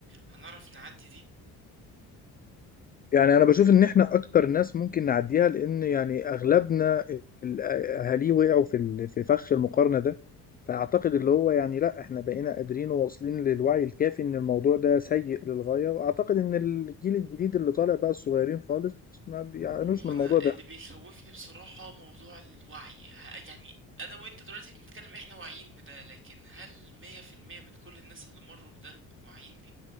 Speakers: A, on the right (about 25°); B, on the left (about 25°).
A: هنعرف نعدي دي
B: يعني انا بشوف ان احنا اكتر ناس ممكن نعديها لان يعني اغلبنا ال- اهاليه وقعوا في ال- في فخ المقارنه ده فاعتقد اللي هو يعني لا احنا بقينا قادرين وواصلين للوعي الكافي ان الموضوع ده سيء للغايه واعتقد ان الجيل الجديد اللي طالع بقى الصغيرين خالص ما بيعانوش
A: ما هو
B: من
A: انا
B: الموضوع ده
A: اللي بيخوفني بصراحة موضوع الوعي ه- يعني انا وانت دلوقتي بنتكلم احنا واعيين بده لكن هل مية في المية من كل الناس اللي مروا بده واعيين بيه